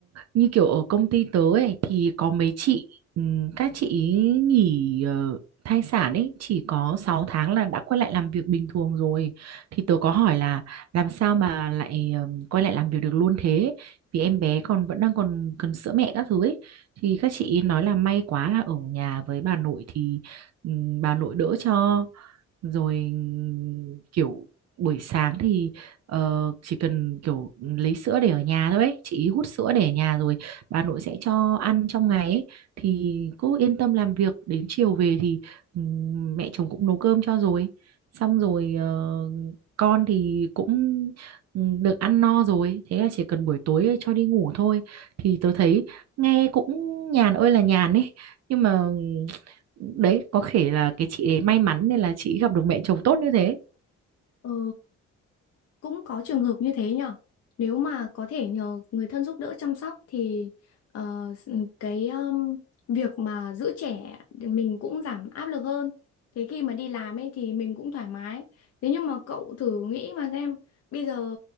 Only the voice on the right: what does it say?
như kiểu ở công ty tớ ấy thì có mấy chị ừ, các chị ý nghỉ ờ, thai sản ấy chỉ có 6 tháng là đã quay lại làm việc bình thường rồi thì tớ có hỏi là làm sao mà lại ờm, quay lại làm việc được luôn thế vì em bé còn vẫn đang còn cần sữa mẹ các thứ ấy thì các chị ý nói là may quá là ở nhà với bà nội thì ừm, bà nội đỡ cho rồi ừm, kiểu buổi sáng thì Ờ, chỉ cần kiểu lấy sữa để ở nhà thôi ấy. Chị hút sữa để ở nhà rồi bà nội sẽ cho ăn trong ngày ấy. Thì cứ yên tâm làm việc đến chiều về thì ừm, mẹ chồng cũng nấu cơm cho rồi xong rồi ờ, con thì cũng ừm, được ăn no rồi thế là chỉ cần buổi tối cho đi ngủ thôi thì tớ thấy nghe cũng nhàn ơi là nhàn ấy nhưng mà ừm, đấy có thể là cái chị ấy may mắn nên là chị gặp được mẹ chồng tốt như thế